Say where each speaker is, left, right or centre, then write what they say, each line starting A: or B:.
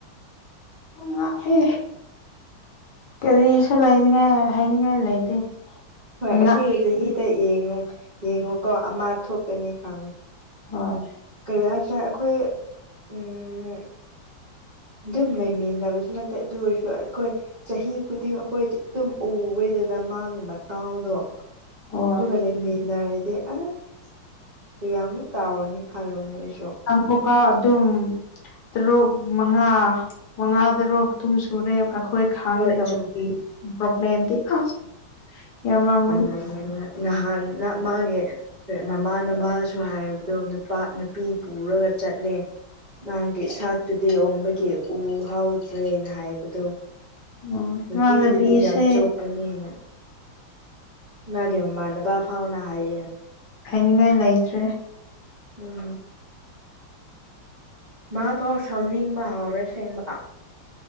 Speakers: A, on the left; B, on the right.
A: ꯉꯥꯛꯍꯦ ꯀꯔꯤꯁꯨ ꯂꯩꯅꯤꯡꯉꯥꯏ ꯍꯥꯏꯅꯤꯡꯉꯥꯏ ꯂꯩꯇꯦ
B: ꯍꯣꯏ
A: ꯉꯥꯛ
B: ꯑꯁꯤꯒꯤ ꯆꯍꯤꯗ ꯌꯦꯡꯉꯨ ꯌꯦꯡꯉꯨ ꯀꯣ ꯑꯃꯥ ꯊꯣꯛꯀꯅꯤ ꯈꯪꯉꯦ
A: ꯍꯣꯏ
B: ꯀꯔꯤ ꯍꯥꯏꯁꯦ ꯑꯩꯈꯣꯏ ꯎꯝ ꯑꯗꯨꯝ ꯂꯩꯃꯤꯟꯅꯕꯁꯨ ꯅꯠꯇꯦ ꯑꯗꯨ ꯑꯣꯏꯔꯁꯨ ꯑꯩꯈꯣꯏ ꯆꯍꯤ ꯈꯨꯗꯤꯡ ꯑꯩꯈꯣꯏꯗꯤ ꯑꯗꯨꯝ ꯎꯋꯦꯗꯅ ꯃꯥꯒꯤ ꯃꯠ ꯇꯥꯎꯗꯣ
A: ꯍꯣꯏ
B: ꯑꯗꯨꯒ ꯂꯩꯃꯤꯟꯅꯔꯗꯤ ꯑꯁ ꯀꯌꯥꯝ ꯃꯨꯛ ꯇꯥꯎꯔꯅꯤ ꯈꯜꯂꯣ ꯅꯣꯏꯁꯨ
A: ꯃꯐꯥ ꯑꯗꯨꯝ ꯇꯨꯔꯨꯛ ꯃꯉꯥ ꯃꯉꯥ ꯗꯔꯨꯛ ꯑꯗꯨꯝ ꯁꯨꯔꯦ ꯑꯩꯈꯣꯏ ꯈꯥꯡꯗꯕꯒꯤ꯫
B: ꯍꯣꯏ ꯆꯨꯝ
A: ꯄꯣꯕ꯭ꯂꯦꯝꯗꯤ ꯑꯁ ꯌꯥꯝꯃꯒꯟ
B: ꯃꯝꯉꯅꯤ ꯅꯍꯥꯟꯅ ꯃꯥꯒꯤ ꯃꯃꯥꯅꯕꯥꯁꯨ ꯍꯥꯏꯕꯗꯣ ꯅꯨꯄꯥ ꯅꯨꯄꯤ ꯄꯨꯔꯒ ꯆꯠꯂꯦ ꯅꯍꯥꯟꯒꯤ ꯁꯥꯠꯇꯨꯗꯤ ꯑꯣꯝꯕꯒꯤ ꯎ ꯍꯥꯎꯗ꯭ꯔꯦꯅ ꯍꯥꯏꯕꯗꯣ
A: ꯑꯣ
B: ꯅꯨꯄꯤꯗꯨꯗꯤ
A: ꯏꯃꯥꯟꯅꯕꯤꯁꯦ
B: ꯌꯥꯝ ꯆꯣꯞꯄꯅꯤꯅ ꯃꯥꯒꯤ ꯃꯃꯥꯅꯕꯥ ꯐꯥꯎꯅ ꯍꯥꯏꯌꯦ
A: ꯍꯥꯏꯅꯤꯡꯉꯥꯏ ꯂꯩꯇ꯭ꯔꯦ
B: ꯎꯝ ꯃꯥ ꯐꯥꯎ ꯁꯥꯎꯅꯤꯡꯕ ꯍꯥꯎꯔꯦꯁꯦꯡꯕ